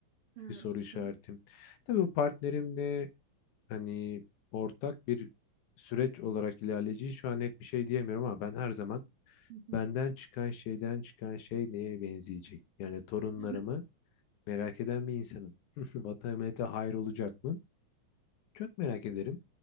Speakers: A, on the right (about 70°); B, on the left (about 75°).
A: Evet,
B: Bir soru işaretim.
A: tabii.
B: Tabii bu partnerimle hani ortak bir süreç olarak ilerleyeceği şu an net bir şey diyemiyorum ama ben her zaman
A: Hı hı.
B: benden çıkan şeyden çıkan şey neye benzeyecek? Yani torunlarımı
A: <laughs>
B: merak eden bir insanım. <laughs> Vatan millete hayır olacak mı? Çok merak ederim.